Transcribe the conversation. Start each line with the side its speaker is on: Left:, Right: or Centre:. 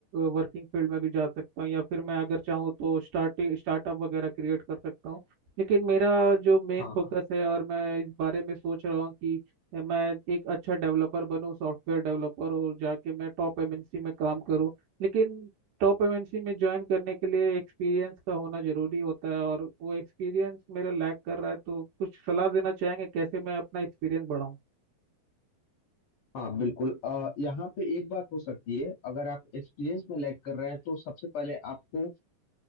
Right: वर्किंग फील्ड में भी जा सकता हूँ या फिर मैं अगर चाहूँ तो स्टार्ट स्टार्टअप वगैरह क्रिएट कर सकता हूँ लेकिन मेरा जो मेन
Left: हाँ
Right: फोकस
Left: हाँ
Right: है और मैं इस बारे में सोच रहा हूँ कि मैं एक अच्छा डेवलपर बनूँ सॉफ्टवेयर डेवलपर और जाके मैं टॉप एमएनसी में काम करूँ लेकिन टॉप एमएनसी में ज्वाइन करने के लिए एक्सपीरियंस का होना जरूरी होता है और वो एक्सपीरियंस मेरा लैक कर रहा है तो कुछ सलाह देना चाहेंगे कैसे मैं अपना एक्सपीरियंस बढ़ाऊं
Left: हाँ बिल्कुल अ, यहाँ पे एक बात हो सकती है अगर आप एक्सपीरियंस में लैग कर रहे हैं तो सबसे पहले आपको